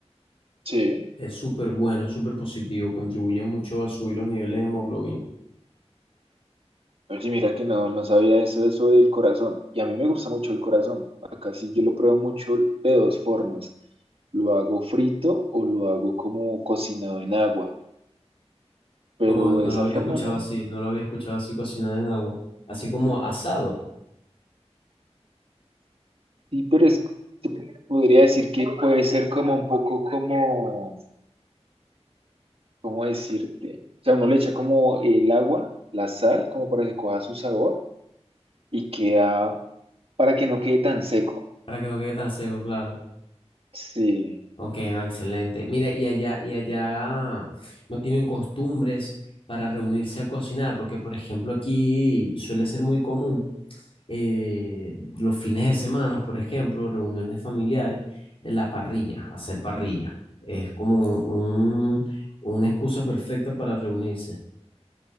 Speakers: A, on the right; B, on the left.
A: Sí.
B: Es súper bueno, es súper positivo, contribuye mucho a subir los niveles de hemoglobina.
A: Oye, mira que no, no sabía eso, eso del corazón. Y a mí me gusta mucho el corazón. Acá sí yo lo pruebo mucho de dos formas. Lo hago frito o lo hago como cocinado en agua. Pero
B: Oh, no
A: de esa
B: lo había
A: forma
B: escuchado
A: no.
B: así, no lo había escuchado así cocinado en agua, así como asado.
A: Sí, pero es, se podría decir que puede ser como un poco como, ¿cómo decirte? O sea, uno le echa como el agua, la sal, como para que coja su sabor y queda, para que no quede tan seco.
B: Para que no quede tan seco, claro.
A: Sí,
B: Ok, no, excelente. Mire, y allá, y allá no tienen costumbres para reunirse a cocinar, porque por ejemplo aquí suele ser muy común eh, los fines de semana, por ejemplo, reuniones familiares, en la parrilla, hacer parrilla. Es como un, una excusa perfecta para reunirse.